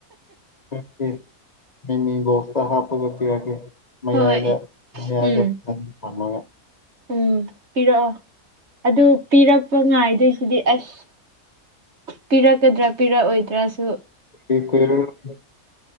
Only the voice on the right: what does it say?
ꯍꯣꯏ
ꯎꯝ
ꯎꯝ ꯄꯤꯔꯛꯑꯣ ꯑꯗꯨ ꯄꯤꯔꯛꯄ ꯉꯥꯏꯗꯨꯏꯁꯤꯗꯤ ꯑꯁ ꯄꯤꯔꯛꯀꯗ꯭ꯔꯥ ꯄꯤꯔꯛꯑꯣꯏꯗ꯭ꯔꯁꯨ